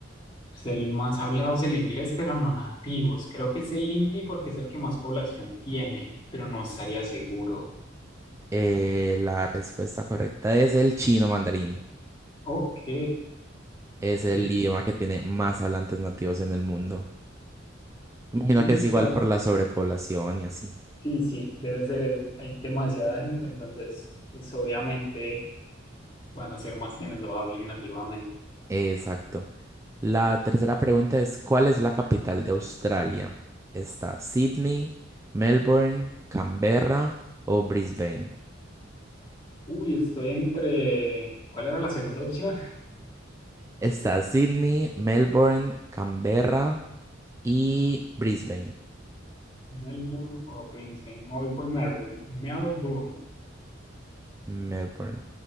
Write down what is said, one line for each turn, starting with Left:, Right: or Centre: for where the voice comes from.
Left: Pues el más hablado es el inglés, pero no nativos. Creo que es el hindi porque es el que más población tiene, pero no estaría seguro.
Right: Eh, la respuesta correcta es el chino mandarín.
Left: Ok,
Right: Es el
Left: vio.
Right: idioma que tiene más hablantes nativos en el mundo. Imagino
Left: Mm,
Right: que es
Left: claro.
Right: igual por la sobrepoblación y así.
Left: Sí, sí, debe ser eso. Hay demasiada gente, entonces, pues obviamente van a ser más quienes lo hablen nativamente.
Right: Exacto. La tercera pregunta es, ¿cuál es la capital de Australia? ¿Está Sydney, Melbourne, Canberra o Brisbane?
Left: Uy, estoy entre. ¿Cuál era la segunda opción?
Right: Está Sydney, Melbourne, Canberra y Brisbane.
Left: <laughs> Melbourne o Brisbane. Me voy por Melbourne. Melbourne.
Right: Melbourne.